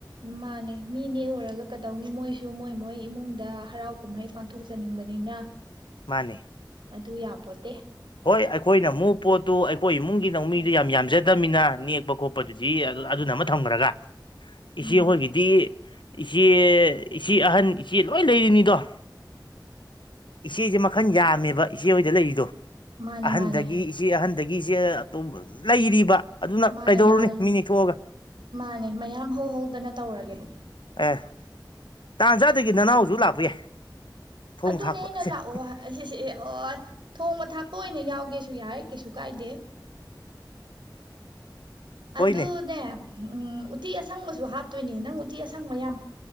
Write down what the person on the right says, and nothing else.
ꯃꯥꯅꯦ ꯃꯤꯅꯦ ꯑꯣꯏꯔꯒ ꯀꯩꯗꯧꯅꯤ ꯃꯣꯏꯁꯨ ꯃꯣꯏ ꯃꯣꯏ ꯏꯃꯨꯡꯗ ꯍꯔꯥꯎ ꯀꯨꯝꯍꯩ ꯄꯥꯡꯊꯣꯛꯆꯅꯤꯡꯕꯅꯤꯅ
ꯑꯗꯨ ꯌꯥꯕꯣꯠ
ꯎꯝ
ꯃꯥꯅꯦ
ꯃꯥꯅꯦ
ꯃꯥꯅꯦ
ꯃꯥꯅꯦ
ꯃꯥꯅꯦ ꯃꯌꯥꯝ ꯍꯧ ꯍꯧꯗꯅ ꯇꯧꯔꯒꯦ
ꯑꯗꯨꯅꯦ
ꯑꯩꯅ ꯂꯥꯛꯑꯣ ꯑꯁꯤꯁ ꯊꯣꯡꯕ ꯊꯥꯛꯄ ꯑꯣꯏꯅ ꯌꯥꯎꯒꯦꯁꯨ ꯌꯥꯔꯦ ꯀꯩꯁꯨ ꯀꯥꯏꯗꯦ
ꯑꯗꯨꯅꯦ ꯎꯝ ꯎꯇꯤ ꯑꯁꯪꯕꯁꯨ ꯍꯥꯞꯇꯣꯏꯅꯦ ꯅꯪ ꯎꯇꯤ ꯑꯁꯪꯕ ꯃꯌꯥꯝ